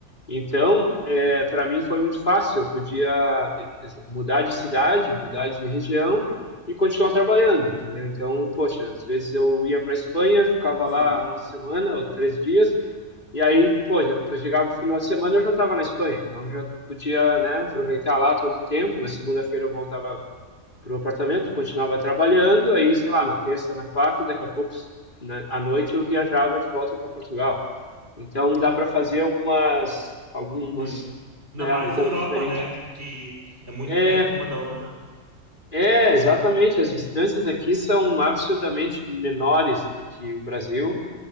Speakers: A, on the left; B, on the right.
A: Então, é, para mim foi muito fácil, eu podia eh, mudar de cidade, mudar de região e continuar trabalhando, entendeu? Então, poxa, às vezes eu ia para a Espanha, ficava
B: sim,
A: lá uma semana ou três dias, e aí, pô, já eu chegava no final de semana eu já estava na Espanha, então eu já podia, né, aproveitar lá todo o tempo. Na segunda-feira eu voltava para o apartamento, continuava trabalhando, aí, sei lá, na terça, na quarta, daqui a pouco, na, à noite, eu viajava de volta para Portugal. Então, dá para fazer algumas, algumas,
B: sim. Ainda
A: né,
B: mais
A: um pouco
B: Europa,
A: diferente.
B: né? Que é muito
A: É,
B: perto uma da outra.
A: é, exatamente, as distâncias aqui são absurdamente menores do que o Brasil.